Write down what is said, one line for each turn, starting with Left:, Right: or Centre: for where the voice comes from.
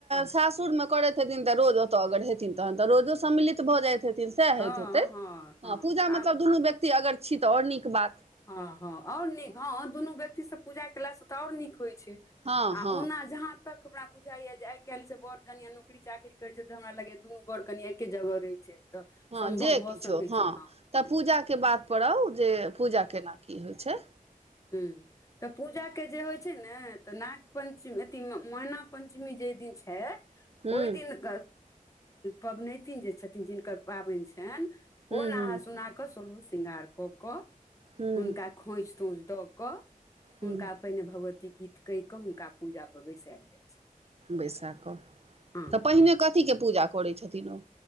Right: सासुर मे करैत हेथिन तऽ रोज ओतय अगर हेथिन तहन तऽ रोजो सम्मिलित भऽ जाइत हेथिन सएह
Left: हँ,
Right: होइत हेतै
Left: हँ।
Right: पूजा मतलब
Left: आब
Right: दुनू व्यक्ति अगर छी तऽ आओर नीक बात
Left: हँ आओर नीक हँ दुनू व्यक्ति से पूजा केलासँ तऽ आओर नीक होइ छै
Right: हँ
Left: आ
Right: हँ
Left: ओना जहा तक हमरा बुझाइए आइ काल्हि के वर कनिया नु नकरी चाकरी करै छै, तऽ हमरा लगैय दुनू वर कनियाँ एके जगह रहे छै तऽ
Right: हँ
Left: सम्भव
Right: जे
Left: भ
Right: किछो
Left: सकै छै हँ
Right: तऽ पूजाके बात पउ जे पूजा केना कि होइ छै
Left: हू, तऽ पूजा के जे होइ छै छै ने तऽ नाग पञ्चमी अथी मैना पञ्चमी जे दिन छै
Right: हूँ
Left: ओहि दिन पबनैतिन जे छथिन जिनकर पाबनि छनि
Right: हूँ
Left: ओ नहान
Right: हूँ
Left: सोलहो शृंगार कऽ
Right: हूँ
Left: हुनका खोछ तोछ दऽ कऽ
Right: हूँ
Left: हुनका। पहिने भगवती गीत कहि कऽ हुनका पूजा पर बैसायएल जाइ छै
Right: बैसा कऽ
Left: हँ
Right: तऽ पहिने कथी के पूजा करैत छथिन ओ